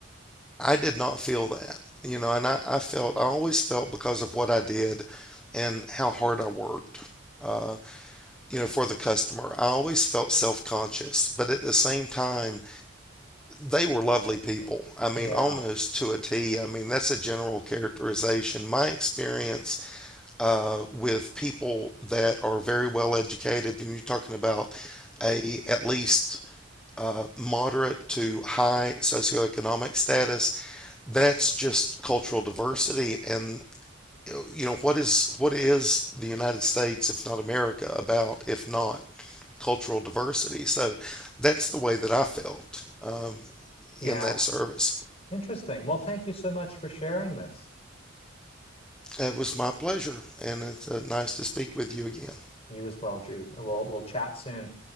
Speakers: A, in the centre; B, on the left (about 30°).
A: I did not feel that, you know, and I, I felt, I always felt because of what I did and how hard I worked, uh, you know, for the customer, I always felt self conscious. But at the same time, they were lovely people. I mean,
B: Yeah,
A: almost to a T. I mean, that's a general characterization. My experience uh, with people that are very well educated, and you're talking about a at least uh, moderate to high socioeconomic status. That's just cultural diversity, and uh, you know what is what is the United States, if not America, about if not cultural diversity? So that's the way that I felt um,
B: yeah.
A: in that service.
B: Interesting. Well, thank you so much for sharing this.
A: It was my pleasure, and it's uh, nice to speak with you again.
B: You as well, Drew. We'll we'll chat soon.